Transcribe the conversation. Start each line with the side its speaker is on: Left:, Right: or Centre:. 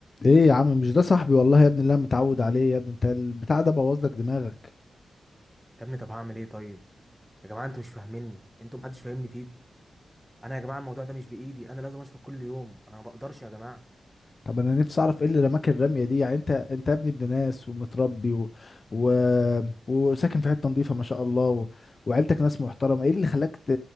Left: ايه يا عم مش ده صاحبي والله يا ابني اللي انا متعود عليه يا ابني انت البتاع ده بوظ لك دماغك
Centre: يا ابني طب هعمل ايه طيب يا جماعه انتوا مش فاهميني انتوا محدش فاهمني فيكم انا يا جماعه الموضوع ده مش بايدي انا لازم اشرب كل يوم انا ما بقدرش يا جماعه
Left: طب انا نفسي اعرف ايه اللي رماك الرميه دي يعني انت انت يا ابني ابن ناس ومتربي و... و... وساكن في حته نظيفه ما شاء الله و... وعيلتك ناس محترمه ايه اللي خلاك ت...